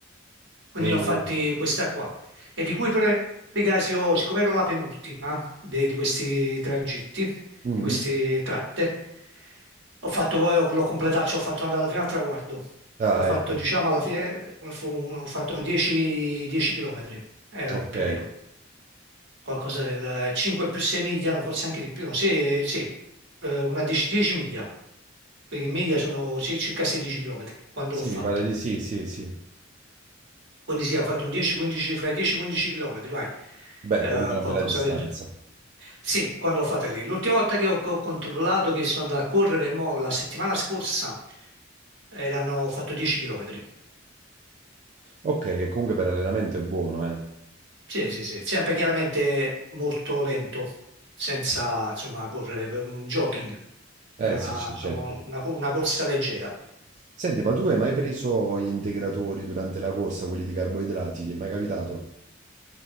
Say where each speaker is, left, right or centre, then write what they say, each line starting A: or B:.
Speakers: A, on the right; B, on the right.
A: Quindi
B: E...
A: ne ho fatti questa qua. E di cui però in ogni caso, io, siccome ero la penultima de- di questi tragitti,
B: Mm?
A: di queste tratte, ho fatto poi, l'ho completato, ci ho fatto andare fino al traguardo. Ho
B: Ah,
A: fatto,
B: ecco.
A: diciamo, alla fine, fu- ho fatto 10, 10 km, erano
B: Ok.
A: più o meno, qualcosa del 5 più 6 miglia, no, forse anche di più, no, sì, sì, eh, una 10, 10 miglia. Quindi in miglia sono ci- circa 16 km quando
B: Sì,
A: l'ho fatta.
B: mi pare di sì, sì, sì.
A: Quindi sì, ho fatto un 10-15, fra i 10-15 km, vai,
B: Beh,
A: Eh,
B: comunque è una
A: qualcosa
B: bella distanza.
A: del genere. Sì, quando l'ho fatta lì. L'ultima volta che ho, che ho controllato che sono andato a correre, mo, la settimana scorsa, erano, ho fatto 10 km.
B: Ok, che comunque per allenamento è buono, eh.
A: Sì, sì, sì, sempre chiaramente molto lento, senza, insomma, correre, per un jogging, una,
B: Eh, sì, sì,
A: diciamo,
B: certo.
A: una co- una corsa leggera.
B: Senti, ma tu hai mai preso gli integratori durante la corsa, quelli di carboidrati? Ti è mai capitato?